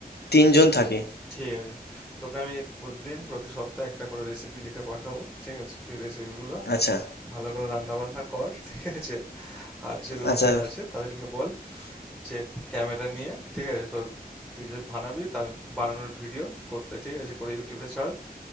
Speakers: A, on the left; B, in the centre.
A: তিনজন থাকি
B: ঠিক আছে। তোকে আমি প্রতিদিন প্রতি সপ্তাহে একটা করে রেসিপি লিখে পাঠাবো। ঠিক আছে? তুই রেসিপিগুলো
A: আচ্ছা
B: ভালো করে রান্না বান্না কর। ঠিক আছে? আর যে রুমমেট
A: আচ্ছা
B: আছে তাদেরকে বল যে ক্যামেরা নিয়ে ঠিক আছে তোর তুই যে বানাবি তার বানানোর ভিডিও করতে ঠিক আছে করে ইউটিউবে ছাড়।